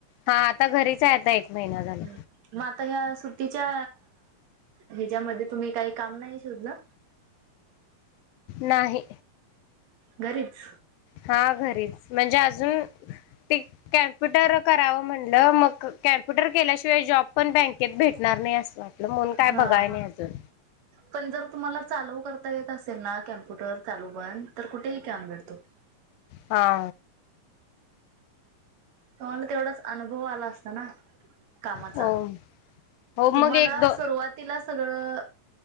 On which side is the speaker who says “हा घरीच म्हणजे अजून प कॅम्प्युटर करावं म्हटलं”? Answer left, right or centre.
Left